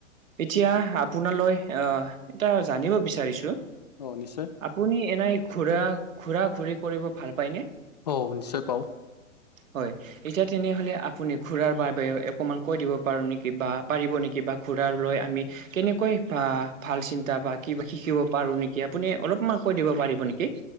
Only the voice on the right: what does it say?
এতিয়া আপোনালৈ আহ, এটা জানিব বিচাৰিছোঁ?
আপুনি এনেই ঘুৰা, ঘুৰা-ঘূৰি কৰিব ভাল পায়নে?
হয়। এতিয়া তেনেহলে আপুনি ঘুৰাৰ বাবে অকমান কৈ দিব পাৰ নেকি বা পাৰিব নেকি বা ঘুৰাৰ লৈ আমি কেনেকৈ বা ভাল চিন্তা বা কিবা শিকিব পাৰো নেকি আপুনি অলপমান কৈ দিব পাৰিব নেকি?